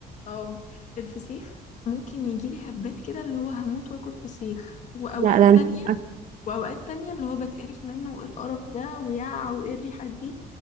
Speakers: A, on the left; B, on the right.
A: اه الفسيخ ممكن يجيلي هبات كده اللي هو هموت واكل فسيخ واوقات
B: لا ده انت
A: تانية واوقات تانية اللي هو بتقرف منه وايه القرف ده ويا وايه الريحة دي